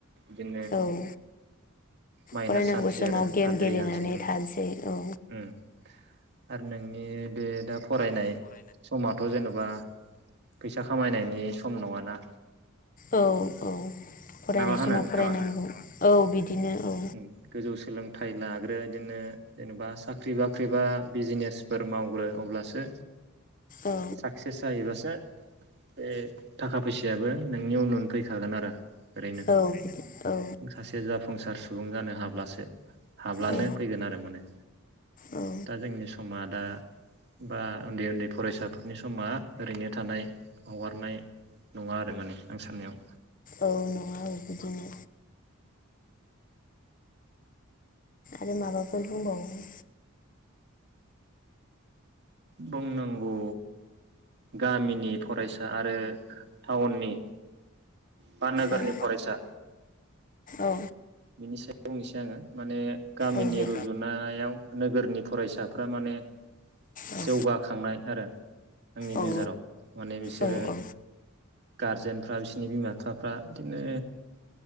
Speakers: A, on the right; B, on the left.
A: बिदिनो
B: औ
A: माइनास
B: फरायनांगौ
A: जानोसै
B: समाव
A: आरो
B: गेम
A: आद्रि
B: गेलेनानै
A: जानोसै उम
B: थानोसै औ
A: उम आरो नोंनि बे दा फरायनाय समाथ' जेने बा फैसा खामायनायनि सम नङाना
B: औ औ फरायनाय
A: ना मा होनो
B: समाव
A: नोंथाङा
B: फरायनांगौ औ बिदिनो औ
A: ओम गोजौ सोलों थाइ लाग्रो बिदिनो जेनेबा साख्रि बाख्रि बा बिजनेसफोर मावग्रो अब्लासो
B: औ
A: साक्सेस जाहैबासो बे थाखा फैसायाबो नोंनि उन उन फैखागोन आरो ओरैनो
B: औ बिदि औ
A: सासे जाफुंसार सुबुं जानो हाब्लासो हाब्लानो
B: औ
A: फैगोन आरो माने
B: औ
A: दा जोंनि समा दा बा उन्दै उन्दै फरायसाफोरनि समा ओरैनो थानाय हगारनाय नङा आरो माने आं साननायाव
B: औ नङा औ बिदिनो आरो माबाफोर बुंबावो।
A: बुंनांगौ गामिनि फरायसा आरो टाउननि बा नोगोरनि
B: औ
A: फरायसा
B: औ
A: बिनि सायाव बुंनोसै आङो माने गामिनि
B: औ दे
A: रुजुनायाव नोगोरनि फरायसाफ्रा माने
B: औ
A: जौगाखांनाय आरो आंनि
B: औ
A: नोजोराव माने बिसोरो
B: औ औ
A: गारजेनफ्रा बिसिरनि बिमा बिफाफ्रा बिदिनो